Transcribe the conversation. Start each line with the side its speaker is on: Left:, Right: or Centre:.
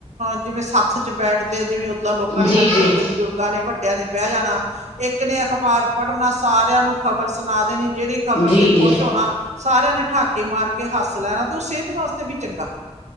Right: ਜਿਵੇਂ ਸੱਥ ਚ ਬੈਠਦੇ ਆ ਜਿਵੇਂ ਉੱਦਾਂ ਲੋਕਾਂ ਨੇ
Left: ਜੀ
Right: ਇਕੱਠੇ
Left: ਜੀ
Right: ਹੋ
Left: ਜੀ
Right: ਕੇ ਬਜ਼ੁਰਗਾਂ ਨੇ ਵੱਡਿਆਂ ਨੇ ਬਹਿ ਜਾਣਾ ਇੱਕ ਨੇ ਅਖ਼ਬਾਰ ਪੜ੍ਹਨਾ ਸਾਰਿਆਂ ਨੂੰ ਖ਼ਬਰ ਸੁਣਾ ਦੇਣੀ, ਜਿਹੜੀ ਖ਼ਬਰ
Left: ਜੀ
Right: ਤੇ
Left: ਜੀ
Right: ਖੁਸ਼ ਹੋਣਾ ਸਾਰਿਆਂ ਨੇ ਠਾਕੇ ਮਾਰ ਕੇ ਹੱਸ ਲੈਣਾ ਤੇ, ਉਹ ਸਿਹਤ ਵਾਸਤੇ ਵੀ ਚੰਗਾ,